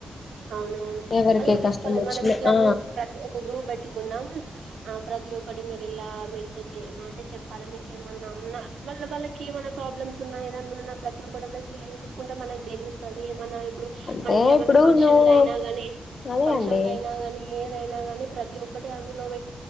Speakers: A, on the right; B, on the left.
A: అవునవును.
B: ఎవరి
A: అలాగే
B: ఏ కష్టం
A: చెప్పాలి
B: వచ్చనా
A: మనం ఇట్లా
B: ఆ
A: గ్రూప్ ప్రతి ఒక గ్రూ పెట్టుకుందం ఆ ప్రతి ఒక్కటి మీరు ఇలా మెన్షన్ చేయ అంటే చెప్పాలి మీకేమన్నా ఉన్నా వాళ్ళ వాళ్ళకి మనం ప్రాబ్లమ్స్ ఉన్నా ఏదన్నా ఉన్నా ప్రతి ఒక్కటలా షేర్ చేసుకుంటే మనకి తెలుస్తది ఏమన ఇప్పుడు
B: అంటే
A: మన ఇంట్లో ఏమన్నా
B: ఇప్పుడు
A: ఫంక్షన్లు
B: నువ్వు
A: అయినా గాని
B: అదే
A: ఫంక్షన్లు
B: అండి
A: అయినా గాని ఏదైనా గాని ప్రతి ఒక్కటి అందులో పెట్